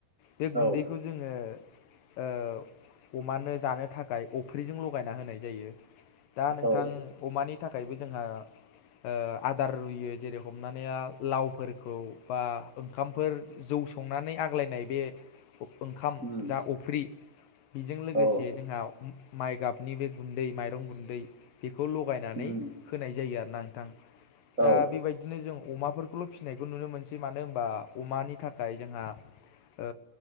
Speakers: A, on the left (about 70°); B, on the right (about 35°).
A: बे गुन्दैखौ
B: औ
A: जोङो ओ अमानो जानो थाखाय अफ्रिजों लगायना होनाय जायो। दा नोंथां
B: औ
A: अमानि थाखायबो जोंहा ओ आदार रुयो जेरै हमनानै आ लावफोरखौ बा ओंखामफोर जौ संनानै आग्लायनाय बे ओ-ओंखाम
B: उम
A: जा अफ्रि बेजों लोगोसे
B: औ
A: जोंहा माइ गाबनि बे गुन्दै माइरं गुन्दै बेखौ लगायनानै
B: उम
A: होनाय जायो आरो ना नोंथां। दा
B: औ
A: बेबायदिनो जों अमाफोरखौल' फिसिनायखौ नुनो मोनसै मानो होनबा अमानि थाखाय जोंहा ओ